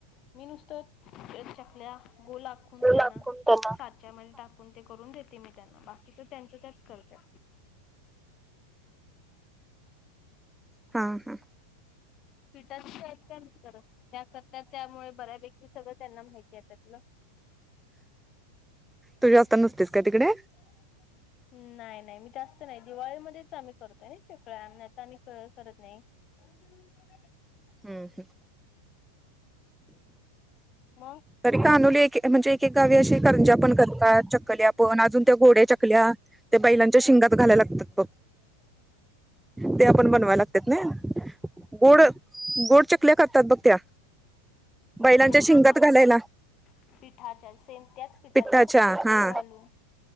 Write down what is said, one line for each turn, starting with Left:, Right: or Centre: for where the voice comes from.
Left: मी नुसतं चकली चकल्या गोल आखून त्यांना
Centre: लाखून
Left: साचा
Centre: त्याला
Left: त्याच्यामध्ये टाकून करून देते मी त्यांना बाकीच त्यांच त्याच करतात.
Centre: हा-हा
Left: पिटाच साहित्य <inaudible> त्या करता त्यामुळे बऱ्यापैकी सगळं त्यांना माहिती आहे त्यातल
Centre: तु जास्त नसतेस काय तिकडे
Left: <inaudible> नाही-नाही मी जास्त नाही दिवाळीमध्येच आम्ही करतोय ना चकल्या नाही तर आम्ही करत नाही. <unintelligible>
Centre: हम्म-हम्म
Left: मग
Centre: तरी कानोली एक-एक म्हणजे एक-एक गावी अशी करंजा पण करतात चकल्या पण अजून त्या गोड्या चकल्या त्या बैलांच्या शिंगात घालायला लागतात बग
Left: ह.
Centre: त्या पण बनवायला लागत्यात नही गोड -गोड चकल्या करतात बघ त्या बैलांच्या
Left: हा
Centre: शिंगात
Left: हा हा
Centre: घालायला
Left: पिठाच्या सेम त्याच पिठाच्या
Centre: पिठ्ठाच्या
Left: फक्त गुळ
Centre: हा
Left: घालून